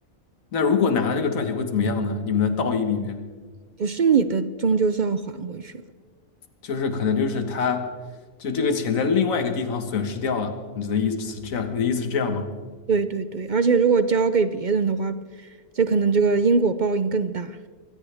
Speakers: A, on the left; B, on the right.
A: 那如果拿了这个赚钱会怎么样呢？你们的道义里面，
B: 不是你的，终究是要还回去了。
A: 就是可能就是他就这个钱在另外一个地方损失掉了，你的意思是这样？你的意思是这样吗？
B: 对对对，而且如果交给别人的话，这可能这个因果报应更大。